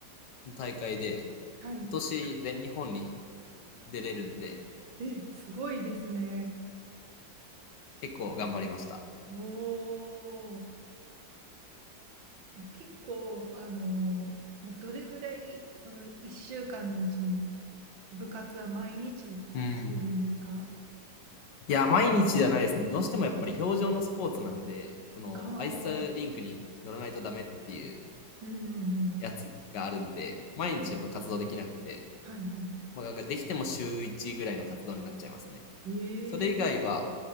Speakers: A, on the left; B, on the right.
A: の大会で、
B: はい。
A: 今年全日本に出れるんで、
B: え、すごいですね。
A: 結構頑張りました。
B: おー。え結構、あの、まあ、どれぐらい、その1週間のうちに部活は毎日しているんですか
A: うん。いや、毎日じゃないですね。どうしてもやっぱり表情のスポーツなんで、このアイスリンクに乗らないとダメっていう
B: ああー、うんうんうん。
A: やつがあるんで、毎日やっぱ活動できなくて、
B: はい、はい、はい。
A: まあ、できても週1ぐらいの活動になっちゃいますね。
B: ええ
A: それ以外は、